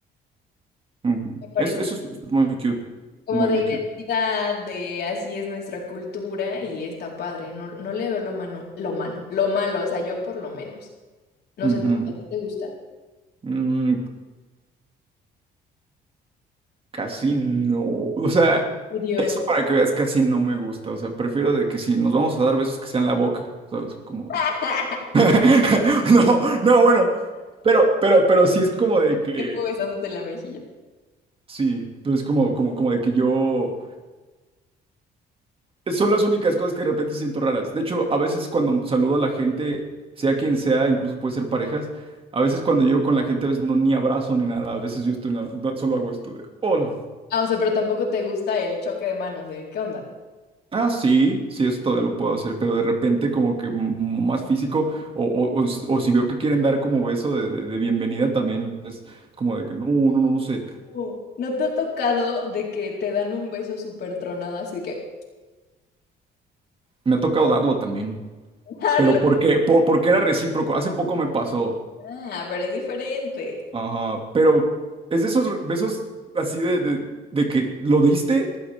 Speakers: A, on the right (about 30°); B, on the left (about 65°).
A: ujú.
B: me parece
A: Es- eso es muy cute,
B: como
A: muy,
B: de
A: muy
B: identidad,
A: cute.
B: de así es nuestra cultura y está padre. No, no le veo lo mano, lo mano, lo malo, o sea, yo por lo menos. No
A: Ujú.
B: sé, ¿tú, a ti te gusta?
A: Mm, casi no, o sea,
B: Video.
A: eso para que veas casi no me gusta, o sea, prefiero de que si nos vamos a dar besos que sean la boca, ¿sabes? Como
B: <laughs>
A: de- <laughs> No, no, bueno, pero, pero, pero sí es como de que...
B: Tiempo besándote la mejilla.
A: Sí, pero es como, como, como de que yo... eh, Son las únicas cosas que de repente siento raras. De hecho, a veces cuando saludo a la gente, sea quien sea, incluso puede ser parejas, a veces cuando llego con la gente, a veces no ni abrazo ni nada. A veces yo estoy, na- da- solo hago esto de, hola.
B: Ah, o sea, pero tampoco te gusta el choque de manos de ¿qué onda?
A: Ah, sí, sí, eso todavía lo puedo hacer, pero de repente como que m- m- más físico o, o- o si o si veo que quieren dar como beso de, de- de bienvenida también es como de que no, no, no, no sé.
B: Oh. ¿No te ha tocado de que te dan un beso súper tronado así de que
A: Me ha tocado darlo también.
B: darlo?
A: Pero porque, po- porque era recíproco. Hace poco me pasó.
B: Ah, pero es diferente.
A: Ajá, pero es de esos besos así de, de, de que lo diste